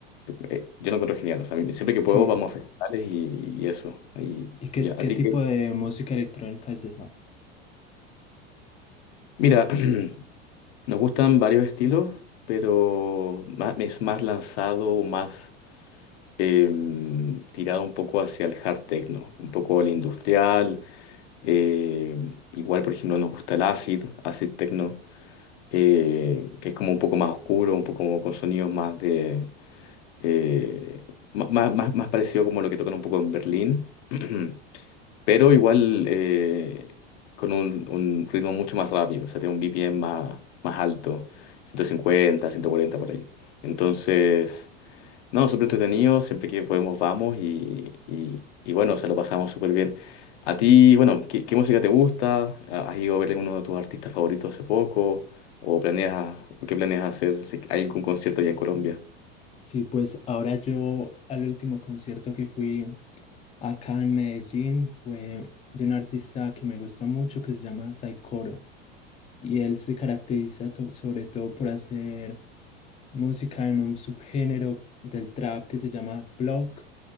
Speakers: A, on the left; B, on the left.
A: eh, Yo lo encuentro genial, o sea, a mí- siempre que
B: Sí,
A: puedo vamos a festivales y, y eso. Y,
B: ¿y qué,
A: y a,
B: qué
A: a ti
B: tipo
A: que...
B: de música electrónica es esa?
A: Mira, <clears throat> Nos gustan varios estilos, pero ma- es más lanzado, más em, tirado un poco hacia el hard techno, un poco al industrial. em, igual, por ejemplo, nos gusta el acid, acid techno, eh, que es como un poco más oscuro, un poco como con sonidos más de eh, ma- ma- más, más parecido como lo que tocan un poco en Berlín. <clears throat> pero igual eh, con un, un ritmo mucho más rápido, o sea, tiene un BPM más, más alto, ciento cincuenta, ciento cuarenta por ahí. Entonces, no, súper entretenido, siempre que podemos vamos y, y, y bueno, se lo pasamos súper bien. A ti, bueno, ¿qué, qué música te gusta? Ah, ¿Has ido a ver alguno de tus artistas favoritos hace poco? ¿O planeas, o qué planeas hacer si hay algún concierto allá en Colombia?
B: Sí, pues ahora yo al último concierto que fui acá en Medellín fue de un artista que me gusta mucho que se llama Saikoro y él se caracteriza to- sobre todo por hacer música en un subgénero del trap que se llama block